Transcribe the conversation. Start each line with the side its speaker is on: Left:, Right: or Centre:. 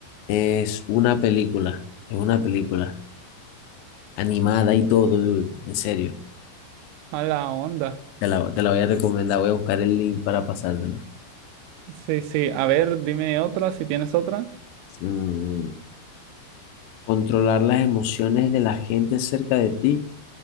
Left: Es una película, es una película animada y todo, dude, en serio.
Right: A la onda.
Left: Te la, te la voy a recomendar, voy a buscar el link para pasártela.
Right: Sí, sí. A ver, dime otra, si tienes otra.
Left: Mm, Controlar las emociones de la gente cerca de ti